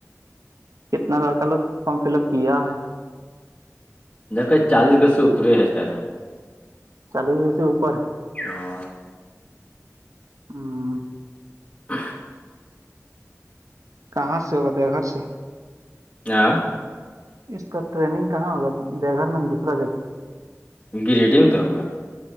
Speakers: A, on the right; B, on the left.
A: کتنا لڑ کا لوگ فارم فل اپ کیا ہے
B: جب کا چالیس گز سےوپر ہی ہے س ہے س
A: چالیس سے اوپر
B: ہاں
A: ہاں
B: <inaudible>
A: کہاں سے ہوگا دیا گھر سے
B: ہاں
A: اس کا ٹریننگ کہاں ہوگا بے گھر میں دوسرا جگہ
B: گرییڈیم تو ہوگا